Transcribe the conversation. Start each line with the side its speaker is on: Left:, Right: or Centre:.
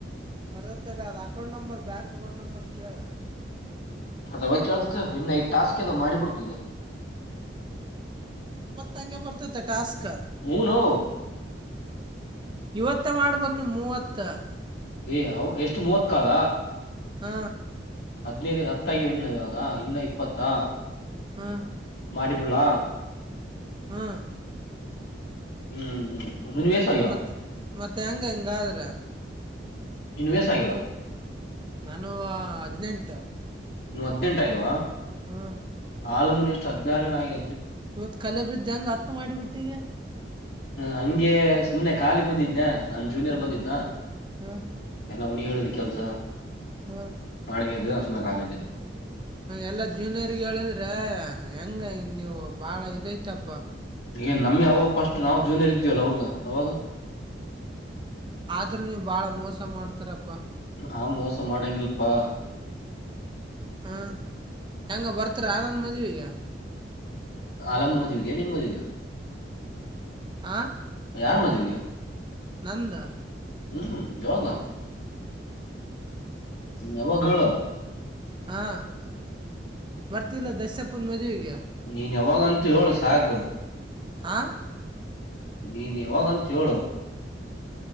Right: ಬರದ ತಡೆ ಅದ account number bank account number ಕೇಳ
Left: ಅದಾವ ಕೇಳಳ್ತ ಇನ್ನ ಈದ ಟಾಸ್ಕ್ ದ ಮಾಡಿಬಿಡ್ತು ಈಗ
Right: ತಂಗೆ ಬರ್ತತೆ ಟಾಸ್ಕ್
Left: ಹ್ಮ್ ನೋ
Right: ಇವತ್ತ ಮಾಡ್ಬೋದು್ ನೀ ಮೂವತ್ತ
Left: ಏ ಅ ಎಷ್ಟು ಮೂವತ್ ಕಾಲ
Right: ಹ್ಮ
Left: ಹದ್ನೈದು ಹತ್ತಾಗಿ ಇನ್ನು ಇವಾಗ ಇನ್ನು ಇಪ್ಪತ್ತಾ
Right: ಹಾಂ
Left: ಮಾಡಡಿ ಪುಲ್ಲಾ
Right: ಹ್ಮ
Left: ಹ್ಮ್ ಇನ್ ವೇಸ್ ಆಗ್ಯಾವ
Right: ಮತ್ತ ಮತ್ತೆ ಹೆಂಗ ಹಂಗಾದ್ರೆ
Left: ಇನ್ ವೇಸ್ ಆಗ್ಯವ
Right: ನಾನು ಹದಿನೆಂಟು
Left: ನೀವ್ ಹದ್ೆಂಟ ಆಗ್ಯವಾ
Right: ಹ್ಮ
Left: ಹಲ ಮುು ಇಷ್ಟ ಹದಿನಾರನ ಆಗು
Right: ಇವತ್ ಕಲೆ ಬ ಇದ್ದಂಗ ಮಾಡಿಬಿಟ್ಟು
Left: ಹಂಗೆ ಸುಮ್ನೆ ಖಾಲಿ ಕುಂದಿದ್ನ ನನ್ ಜೂನಿಯರ್
Right: ಹಾಂ
Left: ಬಂದಿದ್ದ್ನಾ
Right: ಹಾಂ
Left: ಎಲ್ಲ ಅವನಿ ಹೇಳುದಿ ಕೆಲ್ಸ
Right: ಹಾಂ
Left: ಮಾಡಡಿಗೆದ ಕಾಲ
Right: ಎಲ್ಲಾ ಜೂನಿಯರ್ಗಳಿದ್ರೆ ಹೆಂಗ ನೀವು ಬಾಳ ಇದೈತಪ್ಪ
Left: ಏನ್ ನಮ್ ಅವಾಗ ಫಸ್ಟ್ ನಾವವು ಜೂನಿಯರ್ ಇದೀವಲ್ಲ ಅವ್ರಗ ಅವಾಗ
Right: ಇದ್ರ ಬಾಳ ಮೋಸ ಮಾಡ್ತಾರಪ್ಪಾ
Left: ಆಂ ಮೋಸ ಮಾಡಂಗಿಲ್ಪಾ
Right: ಹ್ಮ್ ಹೆಂಗ ಬರ್ತಾರ ಆರನ್ ಮದ್ುವ ಈಗ
Left: ಆಲಾಮ ಮಜವಿಿಗೆ ನೀನು ಮಜಗ
Right: ಆ
Left: ಯಾರ ಮಜೆ ಗ
Right: ನಂದ
Left: ಹ್ಮ್ ಯಾವದ ನ ನವ ಗಗಳು
Right: ಹಾ ಬರ್ತಿಲ್ಲ ದಸಪ್ಪನ್ ಮದ್ುವೆಗೆ
Left: ನೀ ಯಾವಾಗಂತೂ ಹೇಳು ಸಾಕು
Right: ಆ
Left: ನೀನ್ ಯಾವಾಗಂತ ಹೇಳು